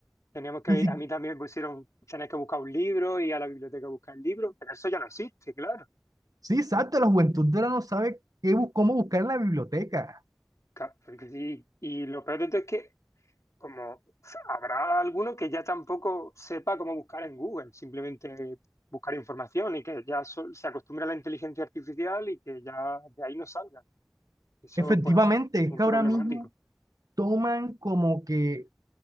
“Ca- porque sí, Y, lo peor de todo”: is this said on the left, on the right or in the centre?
Left